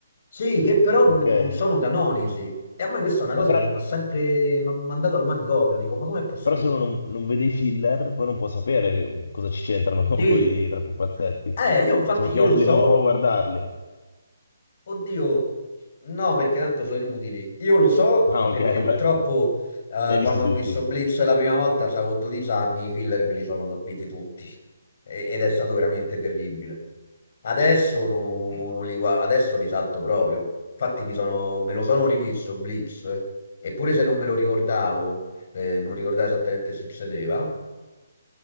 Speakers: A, on the left; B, on the left.
A: Sì, che però non
B: ok. Eh,
A: non sono canonici. E a me questa è una cosa
B: però,
A: che mi ha sempre m'ha mandato al manicomio. Dico, ma com'è possibile?
B: però se uno non, non vede i filler, poi non può sapere che- cosa ci c'entrano <laughs>
A: Sì.
B: con i tre pupazzetti.
A: Eh, io infatti
B: Diciamo,
A: io
B: ti obbliga
A: lo so
B: un po' a guardarli.
A: Oddio, no, perché tanto sono inutili. Io lo so
B: Ah,
A: perché
B: ok,
A: purtroppo
B: beh.
A: eh,
B: Li hai visti
A: quando
B: tutti?
A: ho visto Blitz la prima volta avevo 12 anni, i filler me li sono sorbiti tutti E- ed è stato veramente terribile. Adesso, no- non li, gua- adesso li salto proprio. Infatti mi sono- me lo sono rivisto Blitz, eh. Eppure se non me lo ricordavo, eh, non ricordavo esattamente che succedeva,